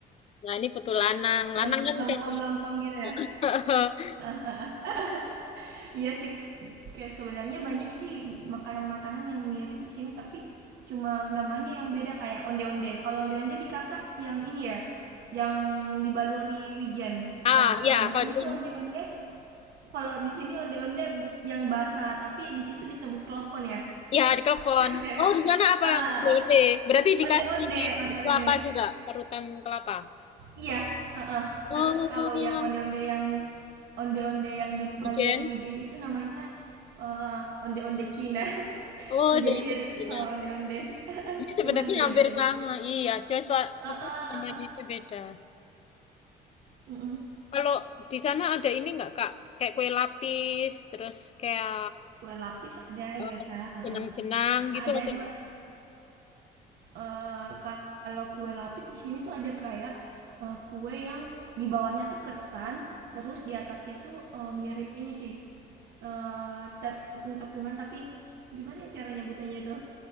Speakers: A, on the left (about 40°); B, on the right (about 70°).
A: nah ini putu lanang. Lanang
B: yang
A: kan
B: lempom-lempom
A: cowok.
B: gitu ya
A: <laughs>
B: <laughs> Iya sih, kayak sebenarnya banyak sih makanan-makanan yang mirip di sini tapi cuma namanya yang beda kayak onde-onde. Kalau onde-onde di kakak yang ini ya, yang dibaluri wijen.
A: Ah,
B: Nah, kalau
A: ya,
B: di
A: kalau
B: sini
A: di sana.
B: tuh onde-onde, kalau di sini onde-onde yang basah tapi di situ disebut klepon ya,
A: Ya, di Klepon.
B: <laughs> ya
A: Oh,
B: kan?
A: di sana apa?
B: Ah, ah,
A: BLT.
B: ah.
A: Berarti dikasih
B: onde-onde, onde-onde.
A: kelapa juga, parutan kelapa.
B: Iya, heeh.
A: Oh,
B: Terus kalau yang onde-onde yang onde-onde yang dibaluri
A: Ijen.
B: wijen itu namanya eh, onde-onde Cina. <laughs>
A: Oh,
B: Tuh
A: dari
B: jadi mirip
A: Filipina.
B: sama onde-onde. <laughs>
A: Ini sebenarnya
B: Cuma dibedain.
A: hampir sama. Iya, Joshua
B: Heeh,
A: apa namanya
B: heeh.
A: itu beda.
B: Mm-mm.
A: Kalau di sana ada ini nggak, Kak? Kayak kue lapis, terus kayak
B: Kue lapis ada
A: eh,
B: biasa, heeh.
A: jenang-jenang
B: Ada
A: gitu atau
B: juga eh, kalau kue lapis di sini tuh ada kayak eh, kue yang di bawahnya tuh ketan, terus di atasnya itu eh, mirip ini sih eh, tepung-tepungan tapi gimana ya cara nyebutannya itu